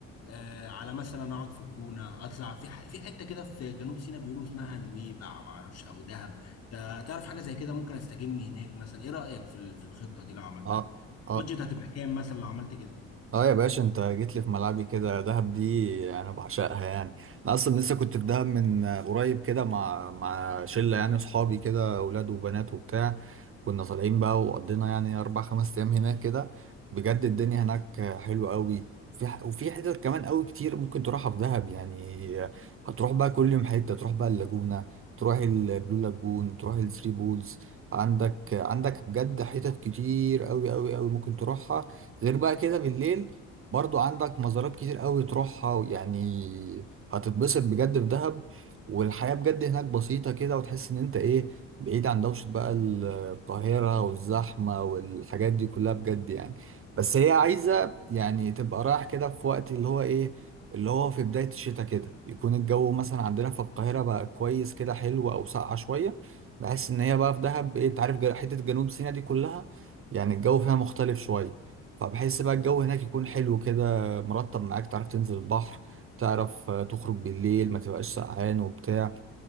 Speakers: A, on the left; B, on the right.
A: آه على مثلا اقعد في الجونه اطلع في ح... في حته كده في جنوب سيناء بيقولوا اسمها نويبع ما اعرفش او دهب تا- تعرف حاجه زي كده ممكن استجم هناك مثلا ايه رايك في ال... في الخطه دي لو عملتها
B: اه اه
A: بادجت هتبقى كام مثلا لو عملت كده
B: اه يا باشا انت جيت لي في ملعبي كده دهب دي انا بعشقها يعني انا اصلا لسه كنت في دهب من قريب كده مع مع شله يعني اصحابي كده اولاد وبنات وبتاع كنا طالعين بقى وقضينا يعني اربع خمس ايام هناك كده بجد الدنيا هناك حلوه قوي وفي ح- وفي حتت كمان قوي كتير ممكن تروحها في دهب يعني هتروح بقى كل يوم حته تروح بقى اللاجونه تروح البلو لاجون تروح الثري بولز عندك عندك بجد حتت كتير قوي قوي قوي ممكن تروحها غير بقى كده بالليل برضو عندك مزارات كتير قوي تروحها يعني هتتبسط بجد في دهب والحياة بجد هناك بسيطة كده وتحس ان انت ايه بعيد عن دوشة بقى ال- القاهرة والزحمة والحاجات دي كلها بجد يعني بس هي عايزة يعني تبقى رايح كده في وقت اللي هو ايه اللي هو في بداية الشتاء كده يكون الجو مثلا عندنا في القاهرة بقى كويس كده حلو او ساقعة شوية بحس ان هي بقى في دهب ايه انت عارف جا- حتة جنوب سيناء دي كلها يعني الجو فيها مختلف شوية فبحس بقى الجو هناك يكون حلو كده مرطب معاك تعرف تنزل البحر تعرف آه، تخرج بالليل ما تبقاش سقعان وبتاع